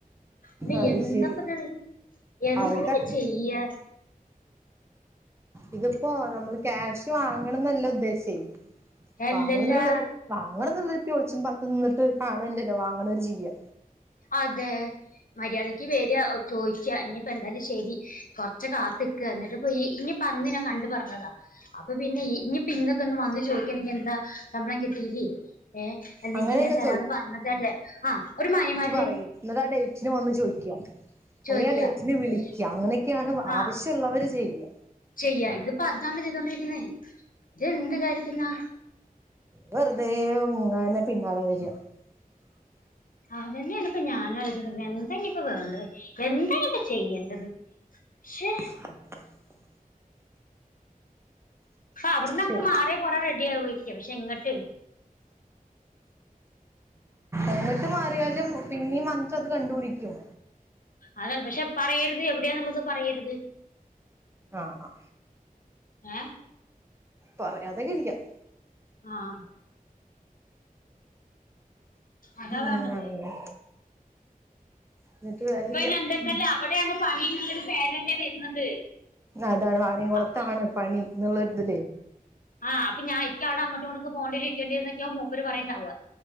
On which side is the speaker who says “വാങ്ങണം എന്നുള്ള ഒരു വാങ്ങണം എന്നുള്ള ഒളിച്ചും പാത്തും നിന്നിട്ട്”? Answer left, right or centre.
Right